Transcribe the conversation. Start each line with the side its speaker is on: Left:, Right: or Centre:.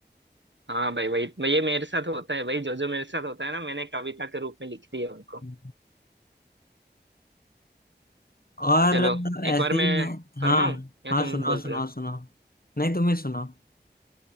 Right: हाँ भाई वही मैं- ये मेरे साथ होता है भाई जो जो मेरे साथ होता है ना मैंने कविता के रूप में लिख दी है उनको
Left: हम्म। और
Right: चलो
Left: ऐसे
Right: एक बार
Left: ही
Right: मैं
Left: मैं हाँ
Right: फरमाऊं या
Left: हाँ
Right: तुम
Left: सुनाओ
Right: बोल
Left: सुनाओ
Right: रहे हो
Left: सुनाओ नहीं तुम्हें सुनाओ